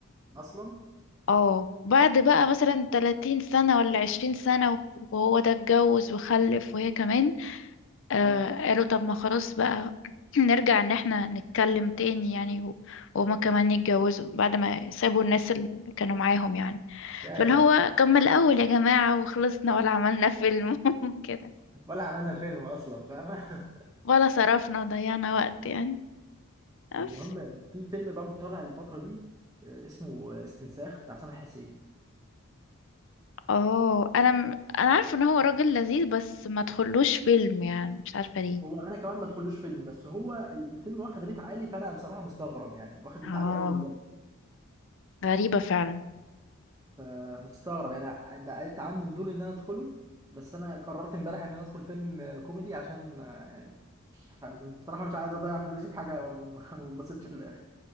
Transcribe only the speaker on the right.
اصلا
اه
ياه
ولا عملنا فيلم اصلا فاهم
<laughs>
المهم في فيلم برضه طالع الفتره دي آه، اسمه استنساخ بتاع سامح حسين
هو انا كمان ما ادخلوش فيلم بس هو الفيلم واخد ريت عالي فانا بصراحه مستغرب يعني واخد
ريت عالي قوي بجد
فمستغرب يعني بقيت عندي فضول ان انا ادخله بس انا قررت امبارح ان انا ادخل فيلم كوميدي عشان آه، يعني مش عارف- بصراحة مش عايز اضيع فلوسي في حاجة ما بتبسطش في الاخر